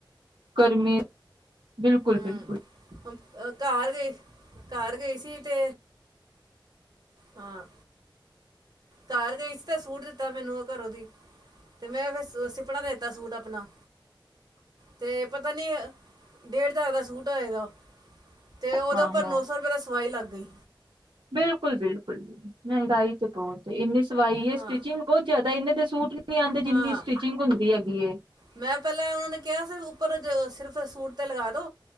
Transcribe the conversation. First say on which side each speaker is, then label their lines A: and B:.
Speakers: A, on the right; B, on the right.
A: ਕਰ ਮੇ ਬਿਲਕੁਲ
B: ਹੂੰ
A: ਬਿਲਕੁਲ
B: ਘਰ ਗਏ ਘਰ ਗਏ ਸੀ ਤੇ ਹਾਂ ਘਰ ਗਈ ਸੀ ਤਾਂ ਸੂਟ ਦਿੱਤਾ ਮੈਨੂੰ ਘਰੋਂ ਦੀ ਤੇ ਮੈਂ ਫਿਰ ਸਿਪਣਾ ਦੇਤਾ ਸੂਟ ਆਪਣਾ ਤੇ ਪਤਾ ਨੀ ਡੇਢ ਜਾਰ ਦਾ ਸੂਟ ਹੋਏਗਾ ਤੇ ਉਹਦੇ
A: ਹਾਂ
B: ਉੱਪਰ
A: ਹਾਂ
B: ਨੌ ਸੌ ਰੁਪਏ ਦਾ ਸਵਾਈ ਲੱਗ ਗਈ
A: ਬਿਲਕੁਲ ਬਿਲਕੁਲ ਮਹਿੰਗਾਈ ਤੇ ਬਹੁਤ ਏ ਇੰਨੀ ਸਵਾਈ ਹੈ
B: ਹਾਂ
A: ਸਟਿਚਿੰਗ ਬਹੁਤ ਜ਼ਿਆਦਾ ਇਹਨੇ ਦੇ ਸੂਟ ਨ ਆਉਂਦੇ
B: ਹਾਂ
A: ਜਿੰਨੀ ਸਟਿਚਿੰਗ ਹੁੰਦੀ ਹੈਗੀ ਹੈ
B: ਮੈਂ ਪਹਿਲਾਂ ਉਹਨਾਂ ਨੇ ਕਿਹਾਿਰ ਉੱਪਰ ਸਿਰਫ ਸੂਟ ਤੇ ਲਗਾ ਦੋ